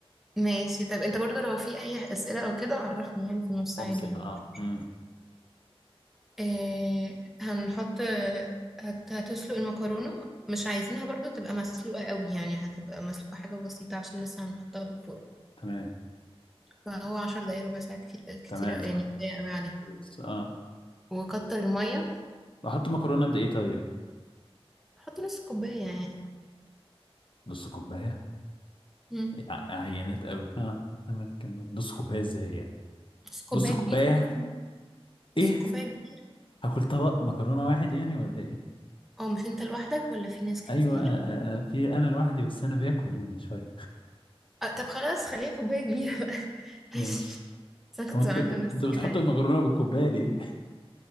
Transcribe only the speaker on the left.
ممكن
اه
امم
تمام
تمام
تمام
بس، اه
احط مكرونه قد ايه طيب
نص كوبايه
ع- عينات قوي اه تمام كمل نص كوبايه ازاي يعني
نص كوبايه
ايه
هاكل طبق مكرونه واحد يعني ولا ايه؟
ايوه آه، آه، آه، في انا لوحدي بس انا باكل يعني شويه
ماشي
هو انت
بت...
انت بتحط
المكرونه بالكوبايه ليه؟